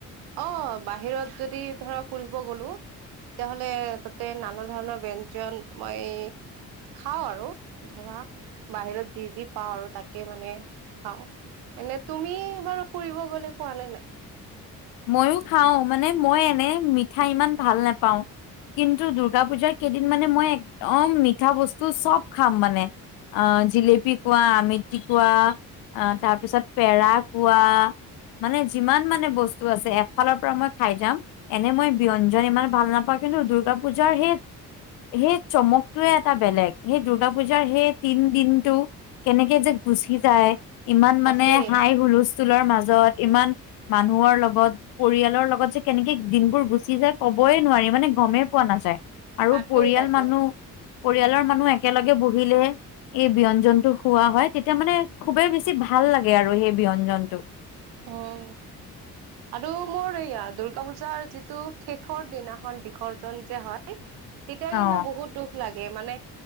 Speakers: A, on the right; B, on the left.
A: অ বাহিৰত যদি ধৰা ফুৰিব গলো তেতিয়া হ'লে তাতে নানা ধৰণৰ ব্যঞ্জন মই খাওঁ আৰু ধৰা বাহিৰত যি যি পাওঁ আৰু তাকে মানে খাওঁ এনে তুমি বাৰু ফুৰিব গলে খোৱা নে নাই?
B: মইও খাও মানে মই এনে মিঠা ইমান ভাল নোপাওঁ কিন্তু দূৰ্গা পুজাৰ কেইদিন মানে মই একদম মিঠা বস্তু চব খাম মানে আহ জিলেপি কোৱা আমেটি কোৱা তাৰপিছত পেৰা কোৱা মানে যিমান মানে বস্ত বস্তু আছে এফালৰ পৰা মই খাই যাম এনে মই ব্যঞ্জন ইমান ভাল নাপাওঁ কিন্তু দূৰ্গা পূজাৰ সেই - সেই চমকটোৱে এটা বেলেগ সেই দূৰ্গা পূজাৰ সেই তিন দিনটো কেনেকে যে গুচি যায় ইমান
A: তাকেই
B: মানে হাই হুলচ স্থুলৰ মাজত ইমান মানুহৰ লগ গত পৰিয়ালৰ লগত যে কেনেকে দিনবোৰ গুচি যায় কবই নোৱাৰি মানে গমেই পোৱা নাযায় ৷ আৰু
A: তাকেই
B: পৰিয়াল
A: তাকে
B: মানুহ ৰিয়ালৰ মানুহ একেলগে বহিলে এই ব্যঞ্জনটো খোৱা হয় তেতিয়া মানে খুবেই বেছি ভাল লাগে আৰু সেই ব্যঞ্জনটো ৷
A: উম আৰু মোৰ এইয়া দুৰ্গা পূজাৰ যিটো শেষৰ দিনাখন বিসৰ্জন যে হয় তেতিয়া কিন্তু
B: অ
A: বহুত দুখ লাগ ৷ মানে